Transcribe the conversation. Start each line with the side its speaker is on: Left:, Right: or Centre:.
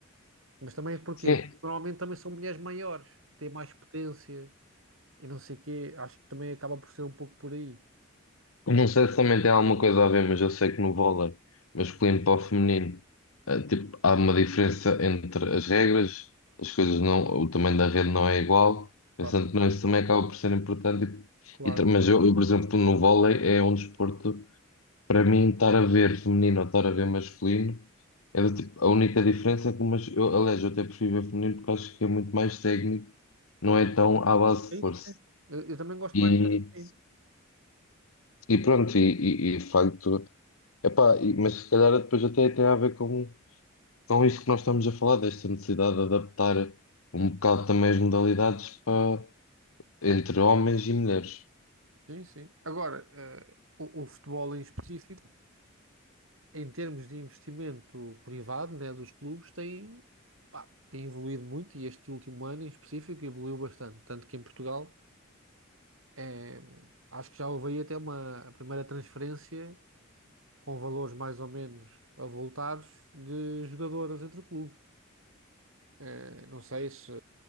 Right: Mas também porquê?
Left: Sim,
Right: Porque normalmente também são mulheres maiores, têm mais potência e não sei o quê. Acho que também acaba por ser um pouco por aí.
Left: não sei se também tem alguma coisa a ver, mas eu sei que no vôlei masculino para o feminino, eh, tipo, há uma diferença entre as regras, as coisas não, o tamanho da rede não é igual,
Right: Pá,
Left: pensando que não, isso também acaba por ser importante.
Right: claro.
Left: E, e, tra- mas eu, eu, por exemplo, no vôlei é um desporto. Para mim, estar a ver feminino ou estar a ver masculino é do tipo, a única diferença é que o mas, eu, aliás, eu até prefiro ver feminino porque acho que é muito mais técnico, não é tão à base
Right: É
Left: de força.
Right: isso mesmo. Eu, eu também gosto
Left: E,
Right: mais de ver feminino.
Left: e pronto, e, e, e de facto, epá, e- mas se calhar depois até tem a ver com, com isto que nós estamos a falar, desta necessidade de adaptar um bocado também as modalidades para, entre homens e mulheres.
Right: Sim, sim. Agora, eh, o, o futebol em específico, em termos de investimento privado, né, dos clubes, tem, pá, tem evoluído muito e este último ano em específico evoluiu bastante. Tanto que em Portugal, eh, acho que já houve aí até uma, a primeira transferência. com valores mais ou menos avultados de jogadoras entre clubes. Eh, Não sei se,